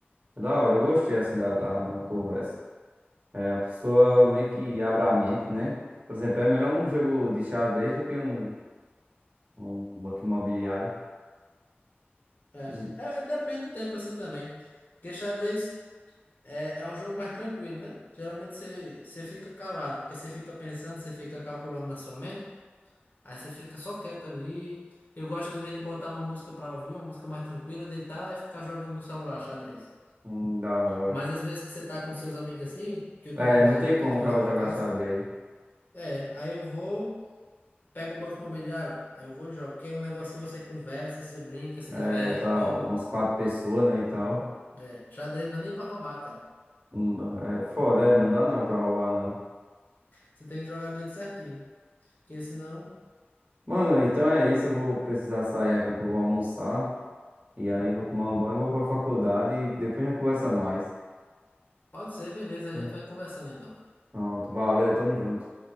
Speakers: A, on the right; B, on the left.
A: É da hora, eu gostei assim da, da, da conversa. É, a pessoa meio que abre a mente, né? Por exemplo, é melhor um jogo de xadrez do que um, um banco imobiliário.
B: É,
A: Zi-
B: É- é- depende do tempo assim também. Porque xadrez É, é um jogo mais tranquilo, né? Geralmente você, você fica calado, porque você fica pensando, você fica calculando na sua mente, aí você fica só quieto ali. Eu gosto, às vezes, de botar uma música pra ouvir, uma música mais tranquila, deitar e ficar jogando no celular, xadrez.
A: Hum, da hora.
B: Mas às vezes que você tá com seus amigos assim, que eu
A: É,
B: tô com meus
A: não
B: amigos
A: tem como
B: que eles vão
A: o cara
B: lá pra
A: jogar
B: casa,
A: xadrez.
B: é, aí eu vou, pego um banco imobiliário, aí eu vou e jogo, que é um negócio que você conversa, você brinca, se diverte,
A: É, tá
B: rouba.
A: umas quatro pessoas, né, e tal.
B: É, xadrez não é nem pra roubar, cara.
A: Não dá- É foda, é, não dá não pra roubar não.
B: Você tem que jogar do jeito certinho, porque senão.
A: Mano, então é isso. Eu vou precisar sair aqui que eu vou almoçar. E aí eu vou tomar um banho, vou pra faculdade e depois a gente conversa mais.
B: Pode ser, beleza. A
A: viu?
B: gente vai conversando então.
A: Pronto, valeu, tamo junto.